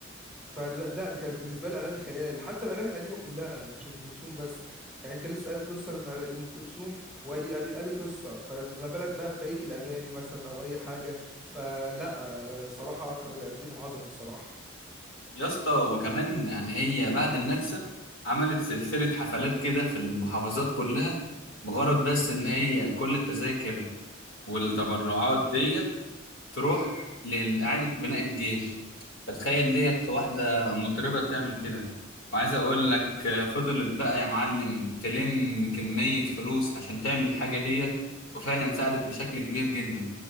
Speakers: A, in the centre; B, on the left.
A: فلا لا دي كانت بالنسبه لي اغاني خيال حتى الاغاني القديمه كلها مش ام كلثوم بس يعني انت لسه قايل قصه لم- لام كلثوم وادي ادي ادي قصه فما بالك بقى بقيه الاغاني مثلا او اي حاجه فلا آه، الصراحه كانوا بيقدموا عظمه الصراحه
B: يا اسطى وكمان يعني هي بعد النكسه عملت سلسله حفلات كده في المحافظات كلها مجرد بس ان هي كل التذاكر والتبرعات ديت تروح لإعادة بناء الجيش فتخيل ديت واحدة مطربة بتعمل كده وعايز أقول لك آه، فضلت بقى يا معلم تلم كمية فلوس عشان تعمل الحاجة ديت وفعلا ساعدت بشكل كبير جدا